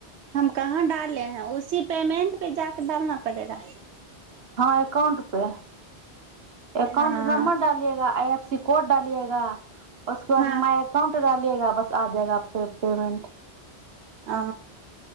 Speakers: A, on the right; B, on the right.
A: हम कहाँ डाले हैं उसी पेमेंट पे जाकेऽ डालना पड़ेगा
B: हँ एकाउंट पे एकाउंट
A: हाँ
B: नंबर डालियेगा कोड डालिएगा उसके बाद
A: हाँ
B: माय काउंटर डालियेगा बस आ जाएगा पेमन्ट
A: आ